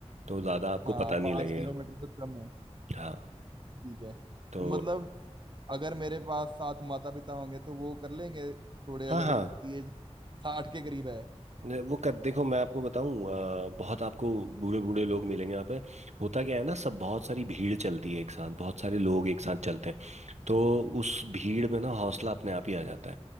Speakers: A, on the right; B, on the right.
A: तो ज़्यादा आपको
B: हाँ
A: पता नहीं
B: पाँच
A: लगेगा
B: किलोमीटर से कम है
A: हाँ
B: ठीक है
A: तो
B: तो मतलब अगर मेरे पास सात माता पिता होंगे तो वो कर लेंगे थोड़े
A: हाँ
B: अगर
A: हाँ
B: उनकी एज साठ के करीब है
A: ने- वो कर देखो मैं आपको बताऊं अ, बहुत आपको बूढ़े बूढ़े लोग मिलेंगे यहाँ पे होता क्या है ना सब बहुत सारी भीड़ चलती है एक साथ बहुत सारे लोग एक साथ चलते हैं तो उस भीड़ में ना हौसला अपने आप ही आ जाता है